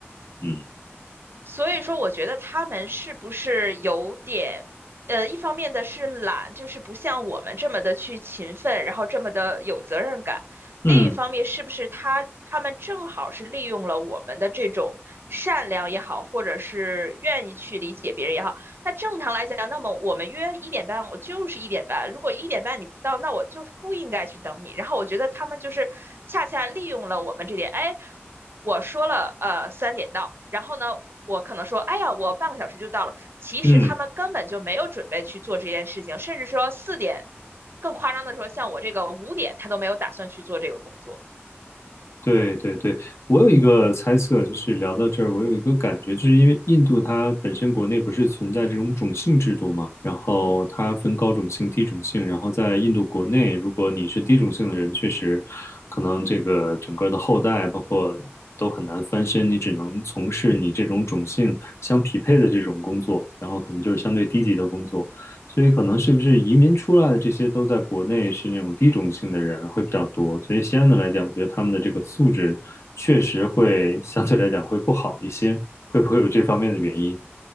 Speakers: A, on the left; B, on the right.
A: 嗯
B: 所以说，我觉得他们是不是有点，呃，一方面的是懒，就是不像我们这么的去勤奋，然后这么的有责任感；另一方面，
A: 嗯
B: 是不是他他们正好是利用了我们的这种善良也好，或者是愿意去理解别人也好，那正常来讲，那么我们约一点半，我就是一点半。如果一点半你不到，那我就是不应该去等你。然后我觉得他们就是恰恰利用了我们这点，哎，我说了呃三点到，然后呢，我可能说，哎呀，我半个小时就到了。其实他们根本就没有准备去做这件事情，
A: 嗯，
B: 甚至说四点，更夸张的说，像我这个五点，他都没有打算去做这个工作。
A: 对对对，我有一个猜测，就是聊到这儿，我有一个感觉，就是因为印度它本身国内不是存在这种种姓制度嘛，然后它分高种姓、低种姓，然后在印度国内，如果你是低种姓的人，确实可能这个整个的后代包括都很难翻身，你只能从事你这种种姓相匹配的这种工作，然后可能就是相对低级的工作。所以可能是不是移民出来的这些都在国内是那种低种姓的人会比较多，所以相对来讲，我觉得他们的这个素质确实会相对来讲会不好一些，会不会有这方面的原因